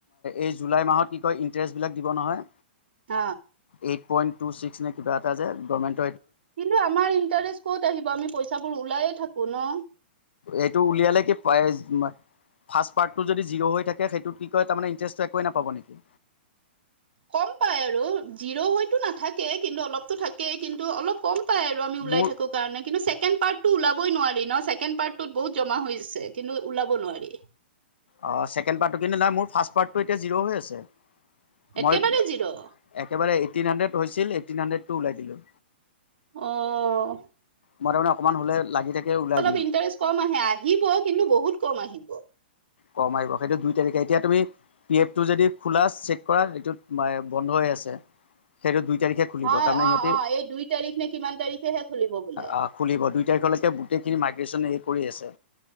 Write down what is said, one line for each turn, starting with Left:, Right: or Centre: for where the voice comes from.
Left: এই জুলাই মাহত কি কয় ইণ্টাৰেষ্ট বিলাক দিব নহয়।
Right: হ।
Left: এইট পইণ্ট টু ছিক্ নে কিবা এটা যে গভমেণ্ট
Right: কিন্তু আমাৰ ইণ্টাৰেষ্ট ক'ত আহিব, আমি পইচাবোৰ ওলাই হে থাকোঁ ন।
Left: এইটো উলিয়ালে কি পায় জিমান। ফাষ্ট পাৰ্ট যদি জিৰ' হৈ থাকে সেইটোত কি কয় তাৰ মানে ইণ্টৰেষ্টটো একোয়েই নাপাব নেকি।
Right: কম পাই আৰু জিৰ' হয়তো নাথাকে। কিন্তু অলপতো থাকেই কিন্তু অলপ কম। পাই আৰু আমি ওলাই
Left: মোৰ
Right: থাকোঁ কাৰণে। কিন্তু ছেকেণ্ড পাৰ্ট ওলাবই নোৱাৰি ন ছেকেণ্ড পাৰ্টতো বহুত জমা হৈছে। কিন্তু ওলাব নোৱাৰি।
Left: অ ছেকেণ্ড পাৰ্টটো কিন্তু নাই মোৰ ফাৰ্ষ্ট পাৰ্টটো এতিয়া জিৰ' হৈ আছে।
Right: একেবাৰে
Left: মই
Right: জিৰ' অ
Left: একেবাৰে এইটিন হাড্ৰেড হৈছিল এইটিন হুন্দ্ৰেদটো ওলাই দিলোঁ।
Right: অহ।
Left: মই তাৰমানে অকমান হ'লে লাগি থাকে ওলাই
Right: অলপ
Left: দিওঁ
Right: ইণ্টাৰেষ্ট কম আহে আহিব কিন্তু বহুত কম আহিব।
Left: কম আহিব। সেইটো দুই তাৰিখে। এতিয়া তুমি পি এফ টো যদি খোলা, চেক কৰা এইটোত বন্ধ হৈ আছে সেইটো দুই দুই তাৰিখে খুলিব
Right: অ
Left: তাৰ মানে
Right: অ
Left: সিহঁতি
Right: অ এই দুই তাৰিখ নে কিমান তাৰিখেহে খুলিব বোলে
Left: আ খুলিব দুই তাৰিখৰ লৈকে গোটেই খিনি মাধ্য পিছন হেৰি কৰি আছে।